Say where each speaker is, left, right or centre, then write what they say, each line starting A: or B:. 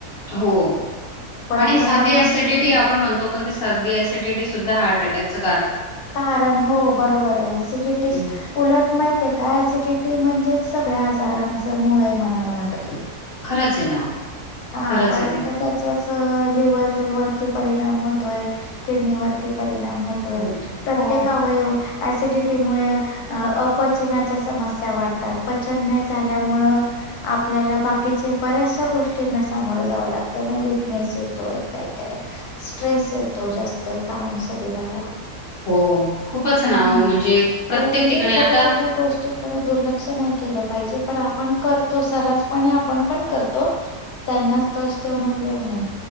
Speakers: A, on the left; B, on the left.
A: हो,
B: पण
A: आणि
B: आपण
A: साधी
B: काय म्हणतो
A: ॲसिडिटी
B: तर ते
A: आपण म्हणतो, पण ती साधी ॲसिडिटी सुद्धा हार्ट ॲटॅक त्यांच
B: कारण हो बरोबर आहे, ॲसिडिटीच
A: हं,
B: उलट मा <unintelligible> ते काय ॲसिडिटी म्हणजेच सगळ्या आजारांचं मूळ आहे म्हणावं लागत.
A: <unintelligible> चे ना.
B: हां
A: खरंच
B: कारण
A: आहे ते.
B: का त्याच तर लिव्हर वरती परिणाम होतोय, किडनीवरती पण परिणाम होतोय,
A: होतं.
B: प्रत्येक
A: हो.
B: अवयव ॲसिडिटी त्यामुळे अपचनाच्या समस्या वाढतात, पचन नाही झाल्यामुळे आपल्याला बाकीचे बऱ्याचशा गोष् त्यांना सामोरे जावं लागतय ना, विकनेस येतोय, काय काय स्ट्रेस येतो जास्त ताण शरीराला
A: हो खूपच ना
B: हम्म,
A: ओ, म्हणजे प्रत्येक
B: ते म्हणजे
A: ठिकाणी
B: छोट्या
A: आता
B: छोट्या गोष्टीकडे दुर्लक्ष नाही केलं पाहिजे, पण आपण करतो सरास आणि आपण पण करतो, त्यांनाच दोष देउन उपयोग नाही.